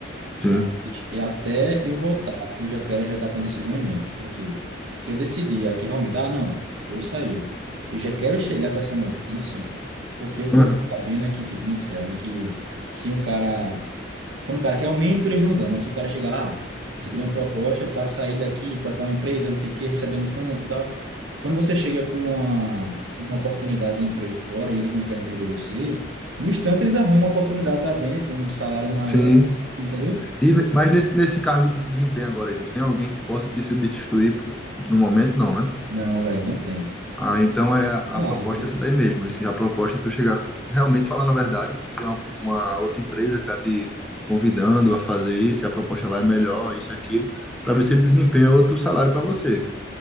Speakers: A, on the right; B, in the centre.
A: Mas
B: Sim.
A: e até eu voltar, eu já quero já estar com a decisão em mente, porque se eu decidir aqui realmente, ah, não, eu vou sair, eu já quero chegar com essa notícia, porque o
B: Aham.
A: que eu fico sabendo é que, tipo, me disseram, né, que se um cara, quando o cara quer aumento, eles não dão, mas se o cara chegar lá, ah, receber uma proposta para sair daqui, para tal empresa, não sei o quê, recebendo tanto e tal, quando você chega com uma, uma oportunidade de emprego fora e eles não querem perder você, no instante eles arrumam uma oportunidade lá dentro, um salário maior,
B: Sim.
A: entendeu?
B: E, mas nesse, nesse cargo que tu desempenha agora aí, tu tem alguém que possa te substituir pro- no momento, não, né?
A: Não, velho, não tem.
B: Ah, então
A: Exemplo
B: é a, a
A: Lá,
B: proposta
A: entendeu?
B: é essa daí mesmo. Isso, a proposta é tu chegar realmente falando a verdade, que tu tem uma, uma outra empresa que tá te convidando a fazer isso, e a proposta lá é melhor, isso e aquilo, para ver se ele desempenha outro salário para você.